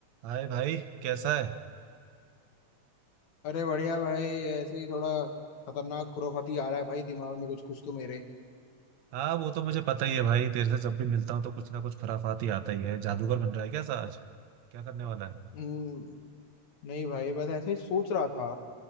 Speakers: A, on the right; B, on the left.
A: हाय भाई कैसा है
B: अरे बढ़िया भाई ऐसे ही थोड़ा खतरनाक खुराफाती आ रहा है भाई दिमाग में कुछ कुछ तो मेरे
A: हाँ वो तो मुझे पता ही है भाई तेरे से जब भी मिलता हूँ तो कुछ ना कुछ खुराफात ही आता ही है जादूगर बन रहा है कैसा आज क्या करने वाला है
B: हम्म, नहीं भाई बस ऐसे ही सोच रहा था